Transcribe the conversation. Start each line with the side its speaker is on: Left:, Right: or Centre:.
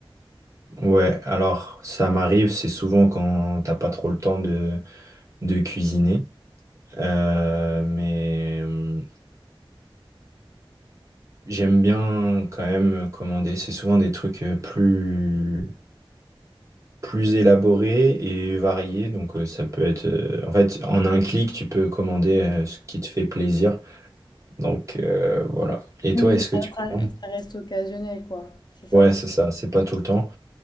Right: Ouais, alors ça m'arrive, c'est souvent quand t'as pas trop le temps de, de cuisiner. Euh, mais euh, j'aime bien quand même commander. C'est souvent des trucs euh, plus, plus élaborés et variés. Donc euh, ça peut être. euh, en fait, en un clic, tu peux commander euh, ce qui te fait plaisir. Donc euh, voilà. Et
Left: Oui,
Right: toi,
Left: mais
Right: est-ce
Left: ça,
Right: que tu commandes?
Left: ça- ça reste occasionnel, quoi. C'est ça?
Right: Ouais, c'est ça, c'est pas tout le temps.